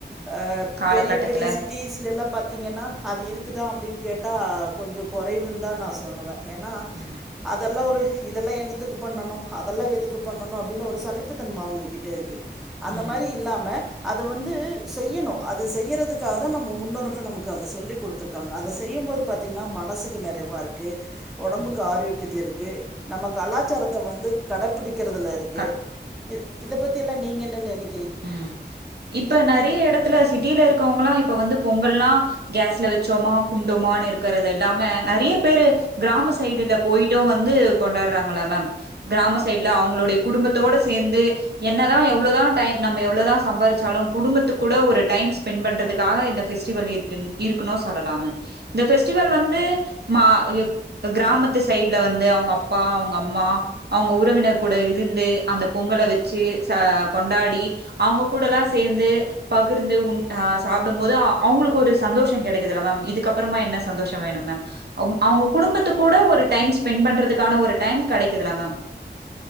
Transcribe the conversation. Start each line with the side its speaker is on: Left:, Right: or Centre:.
Centre: ஆ
Right: காலகட்டத்துல
Centre: பெரிய பெரிய சிட்டிஸ்ல எல்லா பாத் திங்கன்னா அது இருக்குதா அப்டின்னு கேட்டா கொஞ்ச கொறைவுன்னுதா நா சொல்லுவ ஏன்னா
Right: ம்
Centre: அதெல்லா ஒரு இதெல்லா என்னத்துக்கு பண்ணணு அதெல்லா எதுக்கு பண்ணணு அப்டி எதோ ஒரு சலிப்புத்தன்ம அவுங்ககிட்ட இருக்கு அந்த
Right: ம்
Centre: மாரி இல்லாம அத வந்து செய்யணு அது செய்யறதுக்காகதா நம்ம முன்னோர்கள் நமக்கு அத சொல்லி குடுத்துருக்காங்க அத செய்யும்போது பாத்திங்கன்னா மனசுக்கு நெறைவா இருக்கு ஒடம்புக்கு
Right: ம்
Centre: ஆரோக்கியத்திருக் கு நம்ம கலாச்சாரத்த வந்து கடப்பிடிக் கிறதுல இருக்
Right: க
Centre: இது இத பத்தியெல்லா நீங்க என்ன நெனைக்
Right: உம் இப்ப நெறைய எடத்துல சிட்டியில இருக் க்கவங்களா இப்ப வந்து பொங்கல்லா கேஸ்ல வச்சோமா கும்டோமானு இருக்கறது இல்லாமே நெறைய பேரு கிராம சைடுல போயிட்டு வந்து கொண்டாடுறாங்கள மேம் கிராம சைடுல அவுங்களுடைய குடும்பத்தோட சேந்து என்னதா எவ்ளோதா டைம் நம்ம எவ்ளோ தா சம்பாரிச்சாலு குடும்பத்து கூட ஒரு டைம் ஸ்பெண்ட் பண்றதுக்காக இந்த ஃபெஸ்டிவல் இருக்குன் இருக்கணு சொல்லலா மேம் இந்த ஃபெஸ்டிவல் வந்து மா எப் கிராமத்து சைடுல வந்து அவங்க அப்பா அவங்க அம்மா அவங்க உறவினர் கூட இருந்து அந்த பொங்கல வெச்சி சா கொண்டாடி அவங்க கூடல்லா சேந்து பகிர்ந்து உண் ஆ சாப்டும் போது ஆ அவங்களுக்கு ஒரு சந்தோஷோ கெடைக்குதுல்ல மேம் இதுக்கப்பறமா என்ன சந்தோஷோ வேணு மேம் அவுங் அவங்க குடும்பத்து கூட ஒரு டைம் ஸ்பெண்ட் பண்றதுக்கான ஒரு டைம் கெடைக்குதுல்ல மேம்